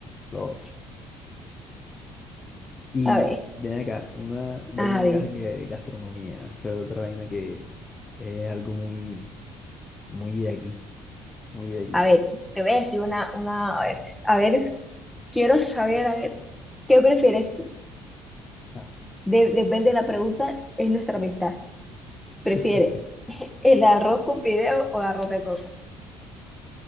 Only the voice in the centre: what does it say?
A ver.
Ajá,
dime.
A ver, te voy a decir una, una, a ver, a ver, quiero saber, a ver, ¿qué prefieres tú?
De- depende de la pregunta, es nuestra amistad. ¿Prefieres
el arroz con fideo o arroz de coco?